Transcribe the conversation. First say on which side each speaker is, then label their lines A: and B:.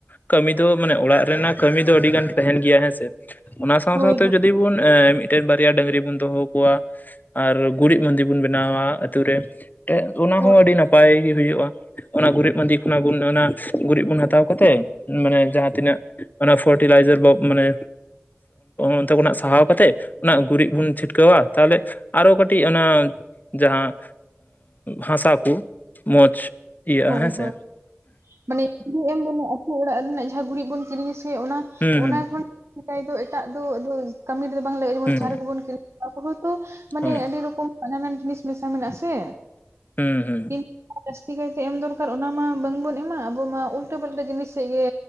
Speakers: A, on the left; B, on the right.
A: ᱠᱟᱹᱢᱤ ᱫᱚ ᱢᱟᱱᱮ ᱚᱲᱟᱜ ᱨᱮᱱᱟᱜ ᱠᱟᱹᱢᱤ ᱫᱚ ᱟᱹᱰᱤ ᱜᱟᱱ ᱛᱟᱦᱮᱸᱱ ᱜᱮᱭᱟ ᱦᱮᱸ ᱥᱮ᱾ ᱚᱱᱟ ᱥᱟᱶ
B: ᱦᱳᱭ
A: ᱥᱟᱶᱛᱮ ᱡᱩᱫᱤ ᱵᱚᱱ ᱮᱸ ᱢᱤᱫᱴᱮᱱ ᱵᱟᱨᱭᱟ ᱰᱟᱹᱝᱨᱤ ᱵᱚᱱ ᱫᱚᱦᱚ ᱠᱚᱣᱟ᱾ ᱟᱨ ᱜᱩᱨᱤᱡᱽ ᱢᱟᱹᱫᱤ ᱵᱚᱱ ᱵᱮᱱᱟᱣᱟ ᱟᱛᱳ ᱨᱮ᱾ ᱮ ᱚᱱᱟ
B: ᱦᱳᱭ
A: ᱦᱚᱸ ᱟᱹᱰᱤ ᱱᱟᱯᱟᱭ ᱜᱮ ᱦᱩᱭᱩᱜᱼᱟ ᱚᱱᱟ ᱜᱩᱨᱤᱡᱽ ᱢᱟᱹᱫᱤ ᱚᱱᱟ ᱚᱱᱟ ᱜᱩᱨᱤᱡᱽ ᱵᱚᱱ ᱦᱟᱛᱟᱣ ᱠᱟᱛᱮᱫ ᱢᱟᱱᱮ ᱡᱟᱦᱟᱸ ᱛᱤᱱᱟᱹᱜ ᱚᱱᱟ ᱯᱷᱟᱨᱴᱤᱞᱟᱭᱡᱟᱨ ᱵᱚᱠ ᱢᱟᱱᱮ ᱚᱱᱛᱮ ᱠᱷᱚᱱᱟᱜ ᱥᱟᱦᱟᱣ ᱠᱟᱛᱮᱫ ᱚᱱᱟ ᱜᱩᱨᱤᱡᱽ ᱵᱚᱱ ᱪᱷᱤᱴᱠᱟᱹᱣᱟ ᱛᱟᱦᱚᱞᱮ ᱟᱨᱚ ᱠᱟᱹᱴᱤᱡᱽ ᱚᱱᱟ ᱡᱟᱦᱟᱸ ᱦᱟᱥᱟ ᱠᱚ ᱢᱚᱡᱽ ᱤᱭᱟᱹᱜᱼᱟ
B: ᱦᱳᱭ
A: ᱦᱮᱸᱥᱮ
B: ᱦᱳᱭ ᱢᱟᱱᱮ <unintelligible> ᱮᱢ ᱨᱮᱱᱟᱜ ᱟᱛᱳ ᱚᱲᱟᱜ ᱨᱮᱱᱟᱜ ᱡᱟᱦᱟᱸ ᱜᱩᱨᱤᱡᱽ ᱵᱚᱱ ᱠᱤᱨᱤᱧᱟ ᱥᱮ ᱚᱱᱟ
A: ᱦᱩᱸ
B: ᱚᱱᱟ
A: ᱦᱩᱸ
B: ᱠᱷᱚᱱ ᱫᱚ ᱮᱴᱟᱜ ᱫᱚ ᱟᱫᱚ ᱠᱟᱹᱢᱤ ᱨᱮᱫᱚ ᱵᱟᱝ ᱞᱟᱜᱼᱟ ᱡᱮᱢᱚᱱ
A: ᱦᱩᱸ
B: ᱪᱟᱨ ᱨᱮᱵᱚᱱ ᱠᱤᱨᱤᱧ ᱟᱵᱚ ᱦᱚᱭᱛᱳ ᱢᱟᱱᱮ
A: ᱦᱮᱸ
B: ᱟᱹᱰᱤ ᱨᱚᱠᱚᱢ ᱦᱟᱱᱟᱱᱟᱣᱟ ᱡᱤᱱᱤᱥ ᱢᱮᱥᱟ ᱢᱮᱱᱟᱜ ᱟᱥᱮ᱾
A: ᱦᱩᱸ ᱦᱩᱸ
B: <unintelligible> ᱥᱮ ᱮᱢ ᱫᱚᱨᱠᱟᱨ ᱚᱱᱟ ᱢᱟ ᱵᱟᱝᱵᱚᱱ ᱮᱢᱟ ᱟᱵᱚ ᱢᱟ ᱩᱞᱴᱟᱹ ᱯᱟᱹᱞᱴᱟᱹ ᱡᱤᱱᱤᱥ ᱥᱮᱫ ᱜᱮ